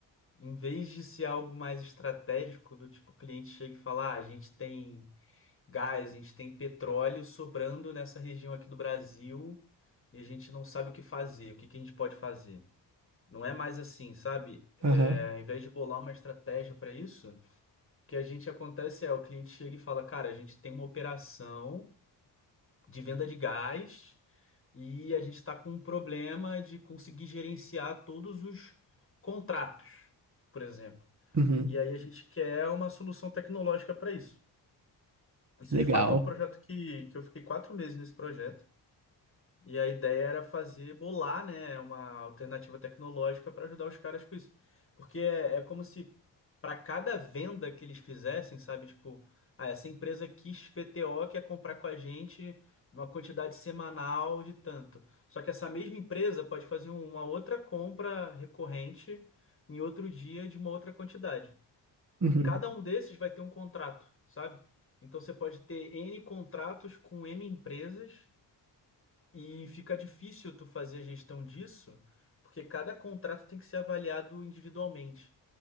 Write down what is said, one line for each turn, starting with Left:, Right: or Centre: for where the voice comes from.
Left: Em vez de ser algo mais estratégico, do tipo, o cliente chega e fala, ah, a gente tem gás, a gente tem petróleo sobrando nessa região aqui do Brasil e a gente não sabe o que fazer, o que que a gente pode fazer. Não é mais assim, sabe?
Right: Aham.
Left: É, ao invés de bolar uma estratégia para isso, o que a gente acontece é o cliente chega e fala, cara, a gente tem uma operação de venda de gás e a gente está com um problema de conseguir gerenciar todos os contratos, por exemplo.
Right: Uhum.
Left: E aí a gente quer uma solução tecnológica para isso. Isso
Right: Legal.
Left: de fato é um projeto que, que eu fiquei quatro meses nesse projeto. E a ideia era fazer, bolar, né, uma alternativa tecnológica para ajudar os caras com isso. Porque é, é como se para cada venda que eles fizessem, sabe, tipo, ah, essa empresa XPTO quer comprar com a gente uma quantidade semanal de tanto. Só que essa mesma empresa pode fazer um, uma outra compra recorrente em outro dia de uma outra quantidade.
Right: Uhum.
Left: E cada um desses vai ter um contrato, sabe? Então você pode ter N contratos com N empresas e fica difícil tu fazer a gestão disso, porque cada contrato tem que ser avaliado individualmente,